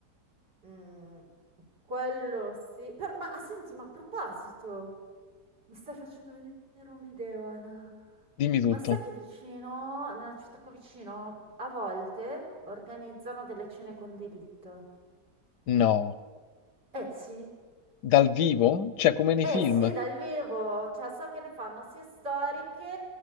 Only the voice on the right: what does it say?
Mm, quello sì. Per- ma ah, senti, ma a proposito, mi stai facendo venire un'idea, Ana.
Ma sai che vicino, nella città qua vicino, a volte organizzano delle cene con delitto?
Eh sì,
Eh
sì, dal vivo, cioè so che ne fanno sia storiche